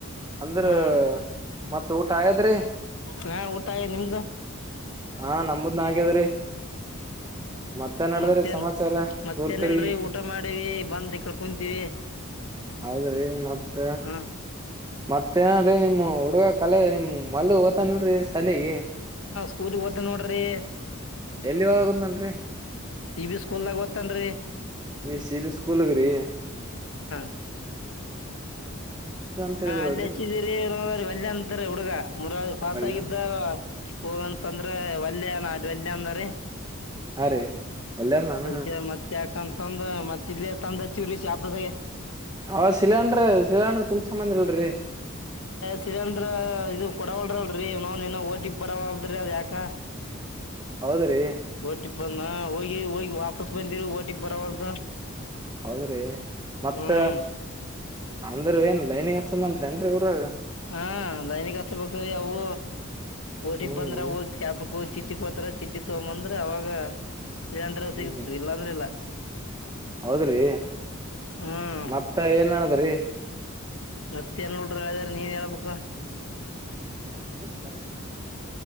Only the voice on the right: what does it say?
ಅಂದ್ರ
ಮತ್ತ ಊಟ ಆಗ್ಯಾದ್ರಿ
ಹಾ ನಮುದನಾಗ್ಯದ್ರಿ ಮತ್ತೆ ಏನ್ ನಾಡದಾದ್ರಿ
ಸಮಾಚಾರ
ಊರು ಕಡಿ
ಹೌದ್ರಿ ಮತ್ತ
ಮತ್ತೇ ಏನ ರಿ ನಿಮ್ಮ ಹುಡುಗ ಕಾಲೇಜ್ ನಿಮ್ ಮಲ್ಲು ಹೋತನಲ್ರೀ ಸಾಲಿಗಿ
ಎಲ್ಲಿ ಓದಾಗದನ್ರಿ
ಸಿ ಬಿ ಸ್ಕೂಲಗ ರೀ
ಅಂತ ಹೇಳಿದ್ರಲ್ರಿ
ಒಲ್ಲ
ಹಾ ರೀ ಅಲ್ಲೇನಾನ
ಅವ ಸಿಲಿಂಡ್ರ ಸಿಲಿಂಡ್ರ ತುಂಬಸಂಬಂದಿಲ್ರಿ
ಹೌದ್ರಿ
ಹೌದ್ರಿ ಮತ್ತ
ಅಂದ್ರ ಏನ್ ಲೈನಿಂಗ ಹಾಚಲ್ಲ ಅಂತ ಏನ್ರಿ ಇವರ
ಹ್ಮ್
ಹ್ಮ್
ಹೌದ್ರಿ
ಮತ್ತ ಏನ್ ನಾಡದ್ದುಡ್ರಿ
ಒಳಕ್ ಒಳಕ್ ಮಾ